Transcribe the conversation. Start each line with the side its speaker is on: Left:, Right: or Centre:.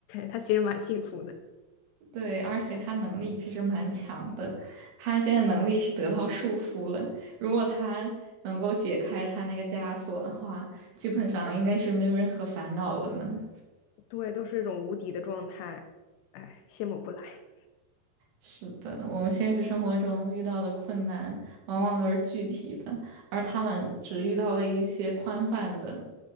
Left: 他其实蛮幸福的。
Right: 对，而且他能力其实蛮强的，他现在能力是得到束缚了。如果他能够解开他那个枷锁的话，基本上应该是没有任何烦恼了呢。
Left: 对，都是一种无敌的状态，哎，羡慕不来。
Right: 是的，我们现实生活中遇到的困难往往都是具体的，而他们只遇到了一些宽泛的、